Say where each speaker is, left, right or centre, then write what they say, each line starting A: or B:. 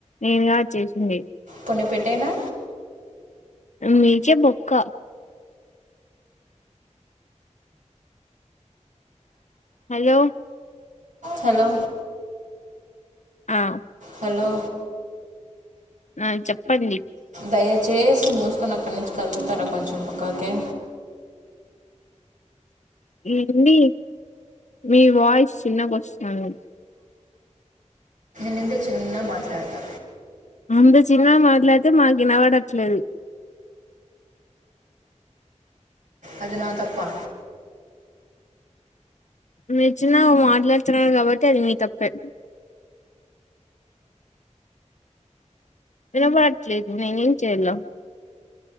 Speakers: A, on the left; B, on the right.
A: నేను కాదు చేసింది
B: పోనీ పెట్టేనా
A: మైక్ బొక్క హలోల
B: హలో
A: ఆ
B: హలో
A: ఆ చెప్పండి
B: దయచేసి మూసుకొని అక్కడి నుంచి కదులుతారా కొంచెం పక్కాకే
A: ఏంది మీ వాయిస్ చిన్నగొస్థాంధి
B: నేను చిన్నగా మాట్లాడతా
A: అంత చిన్నగా మాట్లాడితే మాకు వినవడట్లేదు
B: అది నా తప్పా
A: మీరు చిన్నగ మాట్లాడుతున్నారు కాబట్టి అది మీ తప్పే వినపడట్లేదు నేను ఏం చెయ్యల్ల